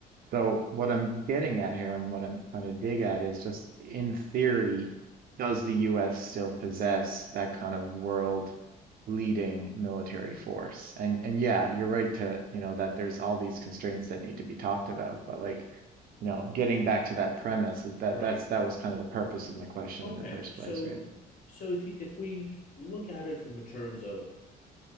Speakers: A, on the right; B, on the left.
A: So what I'm getting at here and what I'm trying to dig at is just in theory, does the US still possess that kind of world leading military force? And and yeah, you're right to, you know, that there's all these constraints that need to be talked about, but like, you know, getting back to that premise, that
B: Right.
A: that's that was kind of the purpose of my question
B: Okay.
A: in the first
B: So
A: place, right?
B: so if you, if we look at it from the terms of